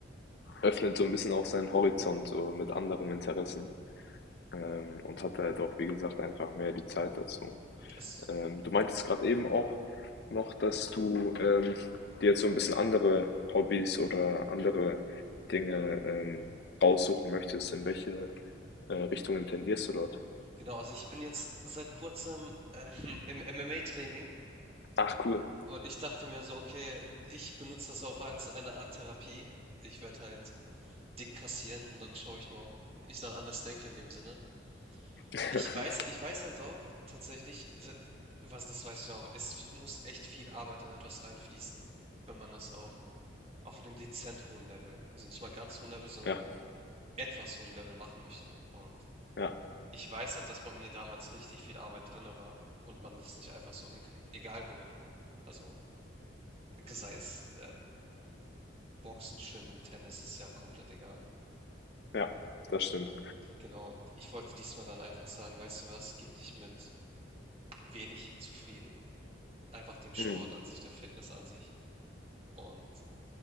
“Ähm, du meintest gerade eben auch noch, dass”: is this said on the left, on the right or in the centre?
Left